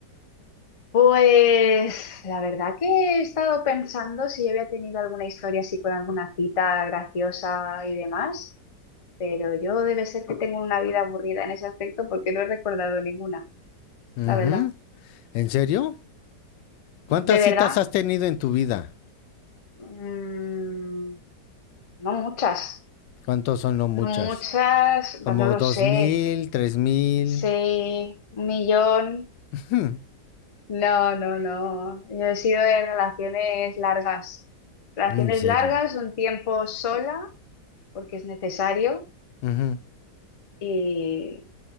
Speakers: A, on the left; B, on the left.
A: pues la verdad que he estado pensando si yo había tenido alguna historia así con alguna cita graciosa y demás, pero yo debe ser que tengo una vida aburrida en ese aspecto porque no he recordado ninguna,
B: Ujú.
A: la verdad.
B: ¿En serio? ¿Cuántas
A: De
B: citas
A: verdad,
B: has tenido en tu vida?
A: mm, no muchas.
B: ¿Cuántos son no muchas?
A: No muchas,
B: ¿Como
A: pues no lo
B: dos
A: sé.
B: mil, tres mil?
A: Sé un millón.
B: <laughs>
A: No, no, no. Yo he sido de relaciones largas. Relaciones
B: ¿En serio?
A: largas, un tiempo sola, porque es necesario,
B: Ujú,
A: y,